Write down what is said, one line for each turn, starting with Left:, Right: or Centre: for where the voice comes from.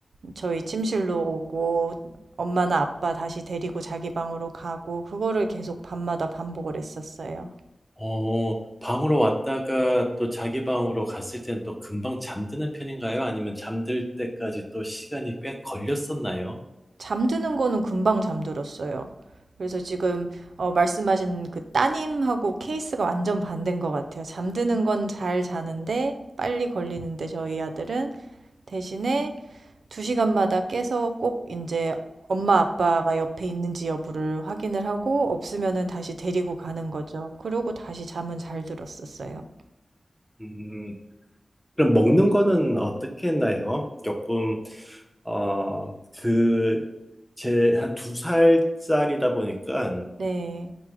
Right: 저희 침실로 오고 엄마나 아빠 다시 데리고 자기 방으로 가고 그거를 계속 밤마다 반복을 했었어요.
Centre: 어, 방으로 왔다가 또 자기 방으로 갔을 때는 또 금방 잠드는 편인가요? 아니면 잠들 때까지 또 시간이 꽤 걸렸었나요?
Right: 잠드는 거는 금방 잠들었어요. 그래서 지금 어, 말씀하신 그 따님하고 케이스가 완전 반대인 것 같아요. 잠드는 건 잘 자는데 빨리 걸리는데 저희 아들은 대신에 두 시간마다 깨서 꼭 이제 엄마 아빠가 옆에 있는지 여부를 확인을 하고 없으면은 다시 데리고 가는 거죠. 그러고 다시 잠은 잘 들었었어요.
Centre: 음, 그럼 먹는 거는 어떻게 했나요? 조금, 어, 그, 제 한 두 살짜리다 보니까
Right: 네.